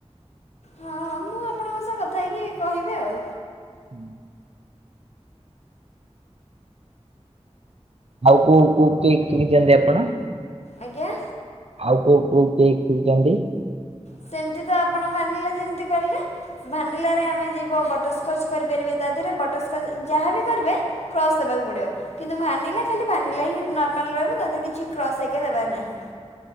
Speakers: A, on the left; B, on the right.
A: ହଁ ହଁ ମୁଁ ଆପଣଙ୍କ ସହ କଥା ହେଇକି କହିବି ଆଉ।
B: ହୁଁ। ଆଉ କୋଉ କୋଉ କି କେକ ସିଖିଚନ୍ତି ଆପଣ?
A: ଆଜ୍ଞା?
B: ଆଉ କୋଉ କୋଉ କିଏ ଶିଖିଚନ୍ତି?
A: ସେମିତି ତ ଆପଣ ଭାନିଲା ଯେମିତି କଲେ ଭାନିଲାରେ ଆମେ ଯିବ ବଟରସ୍କଚ୍ କରିପାରିବେ ତା ଦେହରେ ବଟରସ୍କଚ୍ ଯାହା ବିି କରିବେ କ୍ରସ୍ ଦେବାକୁ ପଡିବ। କିନ୍ତୁ ଭାନିଲା ଖାଲି ଭାନିଲା ହିଁ ନର୍ମାଲ ରହିବ ତାରେ କିଛି କ୍ରସ୍ ହେଇକି ଦେବାର ନାହିଁ।